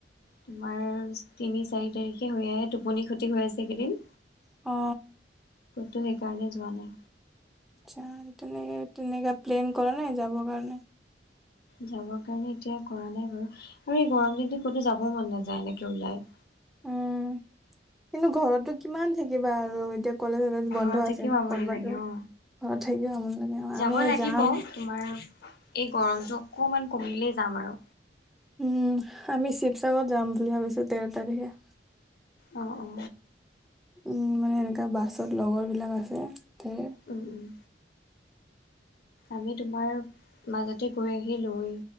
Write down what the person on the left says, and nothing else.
তোমাৰ তিনি চাৰি তাৰিখে হৈ আহ আহে টোপনি খতি হৈ আছে এইকেদিন।
ত সেইকাৰণে যোৱা নাই।
যাবৰ কাৰণে এতিয়া কৰা নাই বাৰু আৰু এই গৰম দিনটোত ক'তো যাব মন নাযায় এনেকে ওলাই।
ঘৰত
থাকিও
আমনি
লাগে
অ
যাব
লাগিব
তোমাৰ এই গৰমটো অকণমান কমিলেই যাম আৰু।
অ অ।
ওম ওম। আমি তোমাৰ মাজতে গৈ আহি লৈ